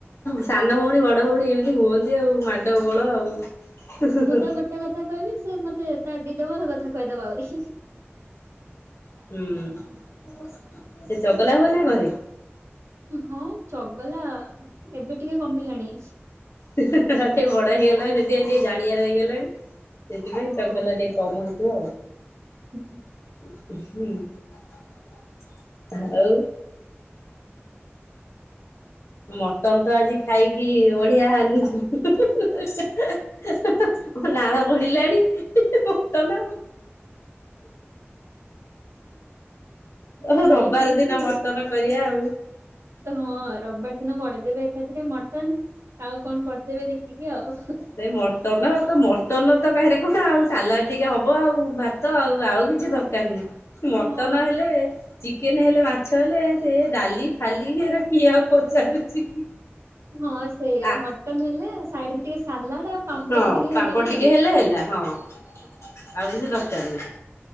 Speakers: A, on the left (about 75°); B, on the right (about 80°).
A: ସାନ ଭଉଣୀ ବଡ ଭଉଣୀ ଏମିତି ହୁଅନ୍ତି ଆଉ ମା ଡ ବୋଳ ଆଉ।
B: ମୁଁ ତ ଗୋଟେ କଥା କହିବି ସେ ମତେ ତା ଦି ଡବଲ କଥା କହିଦବ ଆହୁରି।
A: ହୁଁ ସେ ଚଗଲା ହୁଏ ନା ଘରେ?
B: ହଁ ଚଗଲା ଏବେ ଟିକେ କମିଲାଣି।
A: ହ ଟିକେ ବଡ ହେଇଗଲାଣି ସେଥିପାଇଁ ଟିକେ ଜାଣବାର ହେଇଗଲାଣି ସେଥିପାଇଁ
B: ହଁ
A: ଚଗଲା ଟିକେ କମ୍ ହେଇଥିବ ଆଉ।
B: ହୁଁ।
A: <unintelligible> ଆଉ ମଟନ ତ ଆଜି ଖାଇକି ବଢିଆ। ମୋ ନାଳ ଗଢିଲାଣି ମଟନ।
B: ଖାଇ
A: ରବିବାର
B: ପିଇକି
A: ଦିନ ମଟନ କରିବା ଆଉ।
B: ହଁ ରବିବାର ଦିନ କରିଦେବେ ଏକାଥିରେ ମଟନ ଆଉ କଣ କରିଦେବେ ଦେଖିକି ଆଉ।
A: ନାଇଁ ମଟନ ତ, ମଟନ ତ କାହିଁରେ କଣ ଆଉ, ସାଲାଡ଼ ଟିକେ ହେବ ଆଉ, ଭା ତ ଆଉ ଆଉ କିଛି ଦରକାର ନାହିଁ। ମଟନ
B: ହଁ
A: ହେଲେ ଚିକେନ ହେଲେ ମାଛ ହେଲେ ସେ ଡାଲି ଫାଲି ଏରା କିଏ ଆଉ ପଚାରୁଛି।
B: ହଁ ସେଇଆ
A: ଆ
B: ମଟନ ହେଲେ ସାଇଡରେ ଟିକେ ସାଲାଡ ଆଉ ପାମ୍ପଡ
A: ହଁ
B: ଟିକେ
A: ପାମ୍ପଡ
B: ହେଇଗଲେ
A: ଟିକେ ହେଲେ ହେଲା ହଁ ଆଉ କିଛି ଦରକାର ନାହିଁ।